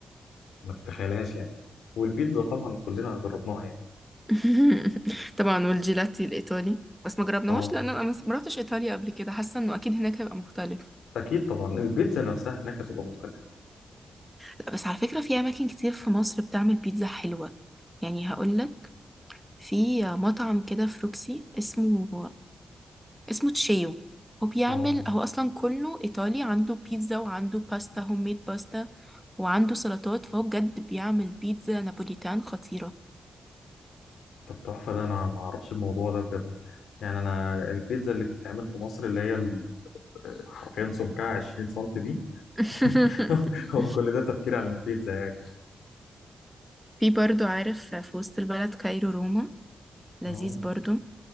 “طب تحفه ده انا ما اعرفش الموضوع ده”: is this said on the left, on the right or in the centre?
Left